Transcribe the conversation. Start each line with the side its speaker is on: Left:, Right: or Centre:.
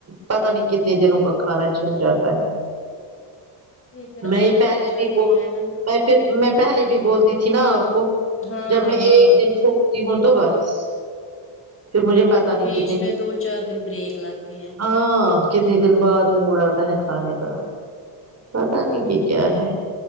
Right: پتا نہیں کتنے دنوں کا کھانا چھن جاتا ہے
Left: پھر پھر
Right: میں
Left: عادت
Right: یہ پہلے
Left: ہو جاتی
Right: بھی بول
Left: ہے نا
Right: میں پھر میں پہلے بھی بولتی تھی نا آپ کو
Left: ہاں
Right: جب میں
Left: ہاں
Right: ایک دن چھو تی ہوں تو بس پھر مجھے پتا
Left: پھر
Right: نہیں
Left: بیچ
Right: کت نے
Left: میں دو چار دن بریک لگتی ہے
Right: ہاں کتنے دن بعد موڈ آتا ہے کھانے
Left: ہوں
Right: کا پتا نہیں یہ کیا ہے